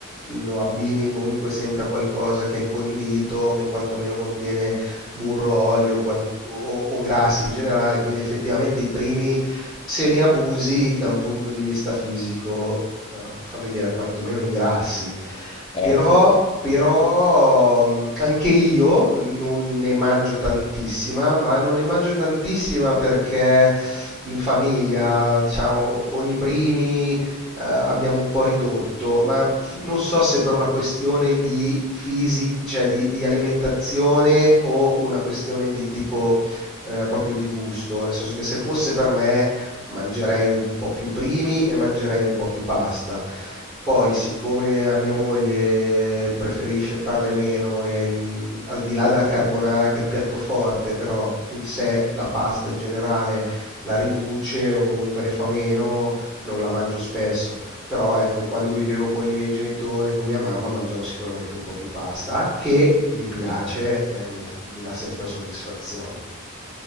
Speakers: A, in the centre; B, on the left.
A: lo abbini comunque sempre a qualcosa che è condito, che quantomeno contiene burro, olio quan- o, o grassi in generale, quindi effettivamente i primi, se ne abusi da un punto di vista fisico, eh, fammi dire, quantomeno ingrassi.
B: Eh
A: Però,
B: sì,
A: però mh, anche io non ne mangio tantissima, ma non ne mangio tantissima perché in famiglia, diciamo, con i primi, eh, abbiamo un po' ridotto, ma f- non so se per una questione di fisica, cioè di, di alimentazione o una questione di tipo eh, proprio di gusto, nel senso che se fosse per me mangerei un po' più primi e mangerei un po' più pasta. Poi, siccome a mia moglie preferisce farle meno e mh, al di là della carbonara che è il piatto forte, però in sé la pasta in generale la riduce o comunque ne fa meno, non la mangio spesso. Però ecco, quando vivevo con i miei genitori, con mia mamma, mangiavo sicuramente un po' più pasta, che mi piace,
B: eh.
A: eh, mi mi dà sempre soddisfazione.